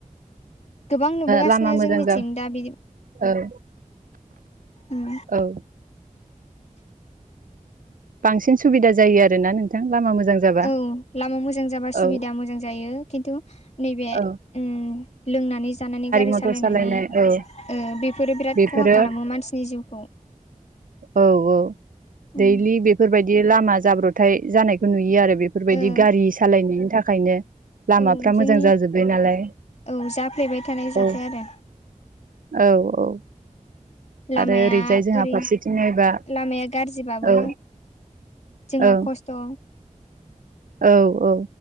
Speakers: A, on the left (about 55°); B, on the right (about 85°).
A: गोबां नुबोगासिनो
B: लामा मोजां
A: जोंनिथिं
B: जा
A: दा बि
B: औ
A: उम
B: औ। बांसिन सुबिदा जायो आरोना नोंथां लामा मोजां जाबा?
A: औ लामा मोजां जाबा सुबिदा
B: औ
A: मोजां जायो खिन्थु नैबे
B: औ
A: उम लोंनानै जानानै गारि
B: मथर
A: सालायनानै
B: सालायनाय
A: ओ
B: औ
A: बेफोरो बिराद
B: बेफोरो
A: खहा खालामो मानसिनि जिउखौ।
B: औ औ।
A: उम
B: दैलि बेफोरबायदि लामा जाब्रथाय जानायखौ नुयो आरो बेफोरबायदि
A: ओ
B: गारि सालायनायनि थाखायनो। लामाफ्रा
A: औ जोंनि
B: मोजां जाजोब्बाय नालाय।
A: औ जाफ्लेबाय थानाय जाथाय
B: औ
A: आरो
B: औ औ
A: लामाया
B: आरो ओरैजाय जोंहा
A: ओरै
B: फारसेथिं नायबा
A: लामाया गाज्रि्रिबाबो
B: औ
A: जोंहा
B: ओं
A: खस्थ'।
B: औ औ।